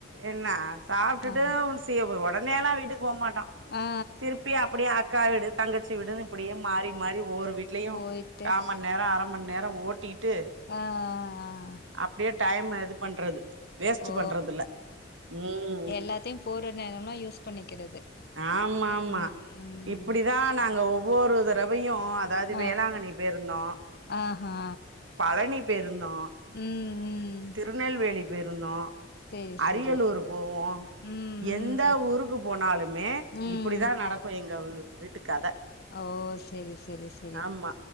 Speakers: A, on the right; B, on the left.
A: என்ன சாப்ட்டுட்டு
B: ஆமா
A: சி உடனேல்லா வீட்டுக்கு போ மாட்டோ
B: ஆ ஆ
A: திருப்பி அப்டியே அக்கா வீடு தங்கச்சி வீடுன்னு இப்டியே மாறி மாறி ஒவ்வொரு வீட்லயு
B: போயிட்டு
A: காமன் நேரோ அர மண் நேரோ ஓட்டிட்டு
B: அ அ அ அ
A: அப்டியே டைம இது பண்றது வேஸ்ட்
B: ஓ
A: பண்றது இல்ல ம்
B: எல்லாத்தையு போர நேரோம்லா யூஸ் பண்ணிக்கிறது
A: ஆமாம்மா
B: ம் ம்
A: இப்டிதா நாங்க ஒவ்வொரு தடவையு அதாவது
B: ஆ
A: வேளாங்கண்ணி போயிருந்தோ
B: ஆஹா
A: பழனி போயிருந்தோ
B: ம் ம்
A: திருநெல்வேலி போயிருந்தோ
B: சேரி
A: அரியலூர்
B: சேரி
A: போவோ
B: ம்
A: எந்த
B: ம்
A: ஊருக்கு போனாலு மே
B: ம்
A: இப்பிடிதா நடக்கு எங்க உ வீட்டுக் கத
B: ஓ செரி செரி செரி
A: ஆமா